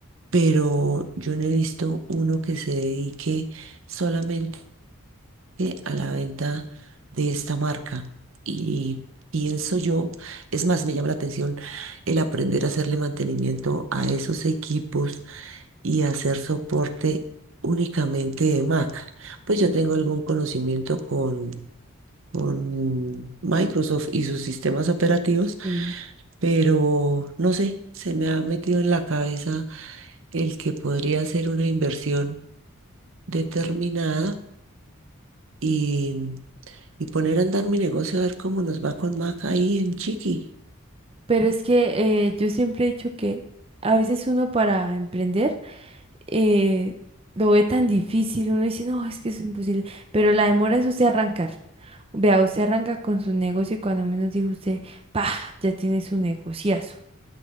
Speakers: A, on the right; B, on the right.
A: pero yo no he visto uno que se dedique solamente eh, a la venta de esta marca. Y pienso yo, es más, me llama la atención el aprender a hacerle mantenimiento a esos equipos y hacer soporte únicamente de Mac. Pues yo tengo algún conocimiento con... con Microsoft y sus sistemas operativos,
B: Sí.
A: pero no sé, se me ha metido en la cabeza el que podría ser una inversión determinada y y poner a andar mi negocio a ver cómo nos va con Mac ahí en Chiqui.
B: Pero es que eh, yo siempre he dicho que a veces uno para emprender eh, lo ve tan difícil, uno dice, no, es que es imposible, pero la demora es usted arrancar. Vea, usted arranca con su negocio y cuando menos dijo usted, pa, ya tiene su negociazo.